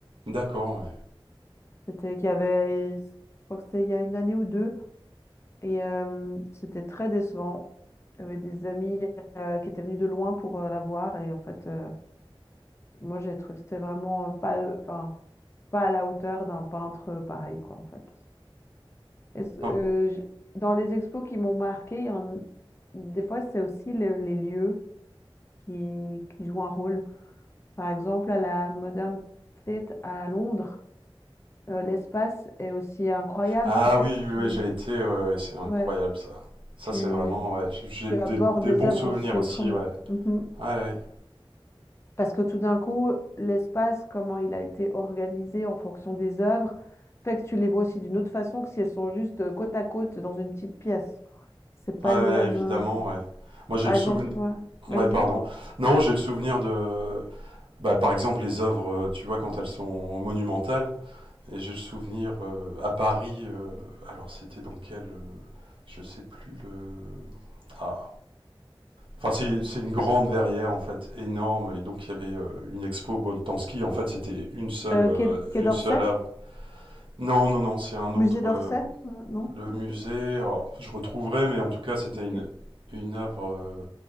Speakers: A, on the right; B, on the left.
A: D'accord. ouais.
B: C'était qu'il y avait, je crois que c'était il y a une année ou deux. Et euh, c'était très décevant. J'avais des amis euh, qui étaient venus de loin pour euh, la voir. Et en fait, euh, moi, j'ai trouvé que c'était vraiment pas, enfin, pas à la hauteur d'un peintre euh, pareil, quoi, en fait. Est-ce- euh,
A: Oh.
B: j- dans les expos qui m'ont marqué, il y en- des fois, c'est aussi le- les lieux qui, qui jouent un rôle. Par exemple, à la Modern Tate à Londres, euh, l'espace est aussi incroyable,
A: Ah
B: ce qui fait
A: oui,
B: que
A: oui,
B: tu,
A: oui, j'ai été ouais, ouais, ouais, c'est incroyable
B: ouais,
A: ça. Ça
B: tu,
A: c'est vraiment ouais, j'ai- j'ai
B: tu
A: des,
B: abordes
A: des
B: les
A: bons
B: œuvres
A: souvenirs
B: aussi
A: aussi,
B: autrement.
A: ouais.
B: Mhm.
A: Ouais, ouais,
B: Parce que tout d'un coup, l'espace, comment il a été organisé en fonction des œuvres, fait que tu les vois aussi d'une autre façon que si elles sont juste euh, côte à côte dans une petite pièce. C'est pas
A: Ouais, ouais,
B: le même.
A: évidemment,
B: euh,
A: ouais. Moi j'ai
B: Par
A: le
B: exemple,
A: souvenir
B: ouais, vas-y.
A: Ouais, pardon. Non, j'ai le souvenir de Bah, par exemple, les œuvres, euh, tu vois, quand elles sont monumentales, et j'ai le souvenir euh, à Paris, euh, alors c'était dans quel. euh, je sais plus le. Ah. Enfin, c'est c'est une grande verrière, en fait, énorme, et donc il y avait euh, une expo Boltanski, en fait, c'était une seule,
B: Euh,
A: euh,
B: quai, quai
A: une
B: d'Orsay?
A: seule œuvre. Non, non, non, c'est un autre.
B: Musée d'Orsay?
A: euh,
B: Euh, non?
A: le
B: Ok.
A: musée, alors, je retrouverai, mais en tout cas, c'était
B: ok.
A: une, une œuvre euh,